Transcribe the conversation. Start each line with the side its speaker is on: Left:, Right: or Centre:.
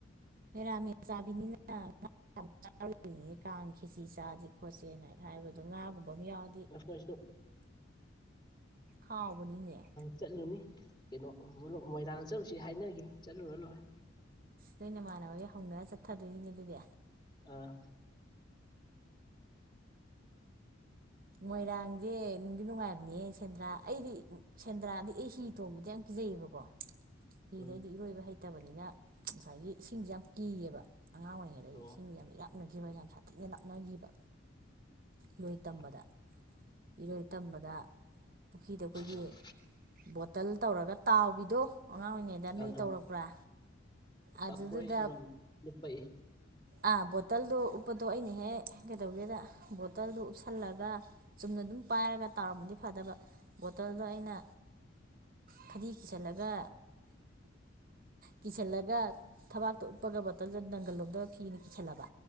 Right: ꯃꯦꯔꯥ ꯃꯦꯁ ꯆꯥꯕꯤꯅꯤꯅ ꯆꯥꯔꯨꯗꯔꯤꯅꯦ ꯀꯥꯡ ꯈꯤꯁꯤ ꯆꯥꯁꯤ ꯈꯣꯠꯁꯦ ꯍꯥꯏꯕꯗꯣ ꯉꯥꯒꯨꯝꯕ ꯑꯃ ꯌꯥꯎ
Left: ꯑꯩꯈꯣꯏ ꯁꯨ
Right: ꯍꯥꯎꯕꯅꯤꯅꯦ
Left: ꯆꯠꯂꯨꯅꯤ ꯀꯩꯅꯣ ꯃꯣꯏꯔꯥꯡ ꯆꯠꯂꯨꯁꯤ ꯍꯥꯏꯅꯈꯤꯅꯤ ꯆꯠꯂꯨꯔ ꯂꯣꯏꯔꯦ
Right: ꯅꯣꯏ ꯏꯃꯥꯟꯅꯕꯒꯩ ꯍꯧꯅꯔꯒ ꯆꯠꯊꯗꯣꯏꯅꯦ ꯑꯗꯨꯗꯤ
Left: ꯑꯥ
Right: ꯃꯣꯏꯔꯥꯡꯁꯦ ꯅꯨꯡꯗꯤ ꯅꯨꯡꯉꯥꯏꯕꯅꯦ ꯁꯦꯟꯗ꯭ꯔꯥ ꯑꯩꯗꯤ ꯁꯦꯟꯗ꯭ꯔꯥꯗ ꯑꯩ ꯍꯤ ꯇꯣꯡꯕꯗꯤ ꯌꯥꯝ ꯀꯤꯖꯩꯌꯦꯕꯀꯣ ꯍꯤꯗꯩꯗꯤ
Left: ꯎꯝ
Right: ꯏꯔꯣꯏꯕ ꯍꯩꯇꯕꯅꯤꯅ ꯉꯁꯥꯏꯒꯤ ꯏꯁꯤꯡꯁꯦ ꯌꯥꯝ ꯀꯤꯌꯦꯕ ꯑꯉꯥꯡ ꯑꯣꯏꯔꯤꯉꯩꯗꯒꯤ
Left: ꯑꯣ
Right: ꯁꯤꯁꯤꯡꯅꯤ ꯌꯥꯝ ꯏꯔꯥꯛꯅꯈꯤꯕ ꯌꯥꯝ ꯁꯥꯊꯤꯅ ꯂꯥꯛꯅꯈꯤꯕ ꯂꯣꯏ ꯇꯝꯕꯗ
Left: ꯎꯝ
Right: ꯏꯔꯣꯏ ꯇꯝꯕꯗ ꯄꯨꯈ꯭ꯔꯤꯗ ꯑꯩꯈꯣꯏꯒꯤ
Left: ꯑꯥ
Right: ꯕꯣꯇꯜ ꯇꯧꯔꯒ ꯇꯥꯎꯕꯤꯗꯣ ꯑꯉꯥꯡ ꯑꯣꯏꯔꯤꯉꯩꯗ
Left: ꯑꯥ
Right: ꯅꯣꯏ ꯇꯧꯔꯛꯄ꯭ꯔꯥ
Left: ꯑꯥ
Right: ꯑꯗꯨꯗꯨꯗ
Left: ꯑꯩꯈꯣꯏ ꯑꯗꯨꯝ ꯂꯨꯞꯄꯛꯏ
Right: ꯑꯥ ꯕꯣꯇꯜꯗꯣ ꯎꯞꯄꯗꯣ ꯑꯩꯅ ꯍꯦꯛ ꯀꯩꯗꯧꯒꯦꯗ ꯕꯣꯇꯜꯗꯣ ꯎꯞꯁꯜꯂꯒ ꯆꯨꯝꯅ ꯑꯗꯨꯝ ꯄꯥꯏꯔꯒ ꯇꯥꯎꯔꯝꯕꯗꯤ ꯐꯗꯧꯕ ꯕꯣꯇꯜꯗꯣ ꯑꯩꯅ ꯐꯗꯤ ꯀꯤꯁꯜꯂꯒ ꯀꯤꯁꯜꯂꯒ ꯊꯕꯥꯛꯇ ꯎꯞꯄꯒ ꯕꯣꯇꯜꯗ ꯅꯪꯒꯜ ꯂꯣꯝꯗ ꯐꯤꯅ ꯀꯤꯁꯜꯂꯕ